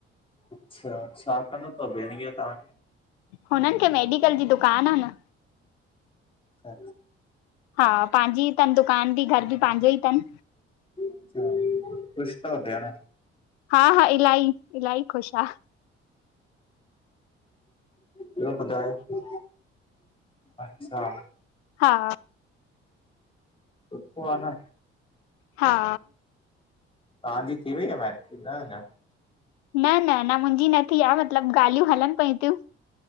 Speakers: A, on the left; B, on the left.
A: अच्छा छा कंदो तव भेहणीयो तव्हांजो?
B: हुनन खे मेडिकल जी दुकान आ न।
A: अच्छा।
B: हा पाहंजी तन दुकान भी घर भी पाहंजो ई तन।
A: अच्छा खुश तव भेण?
B: हा हा इलाही इलाही खुश आ।
A: ॿियो ॿुधायो? अच्छा।
B: हा
A: सुठो आ न।
B: हा।
A: तव्हांजी थी वई आ मैरिज? न अना।
B: न न अना मुंहिंजी न थी आ मतलब ॻाल्हियूं हलन पयूं थयूं।